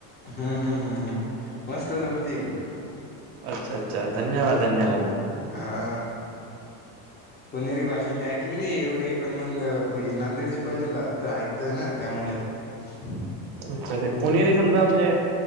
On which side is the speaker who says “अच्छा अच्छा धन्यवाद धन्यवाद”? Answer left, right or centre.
Right